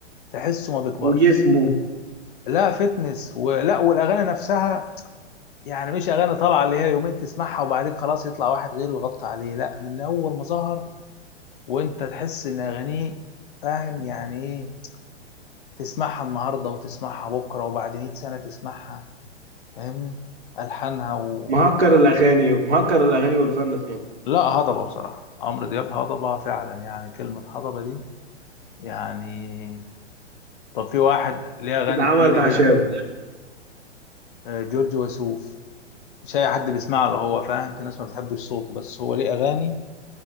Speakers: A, on the left; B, on the right.
A: تحسه ما بيكبرش
B: وجسمه
A: لا فتنس ولا والأغاني نفسها يعني مش أغاني طالعة اللي هي يومين تسمعها وبعدين خلاص يطلع واحد غيره يغطي عليه لا من أول ما ظهر وأنت تحس إن أغانيه فاهم يعني إيه تسمعها النهارده وتسمعها بكره وبعد 100 سنه تسمعها فاهمني الحانها و...
B: مهكر الأغاني مهكر الأغاني والفن في مصر
A: لا هضبه بصراحه عمرو دياب هضبه فعلا يعني كلمه هضبه دي يعني طب في واحد ليه اغاني
B: اتعملت
A: تقيله جدا
B: عشانه
A: آه، جورج وسوف مش اي حد بيسمع له هو فاهم في ناس ما بتحبش صوته بس هو ليه اغاني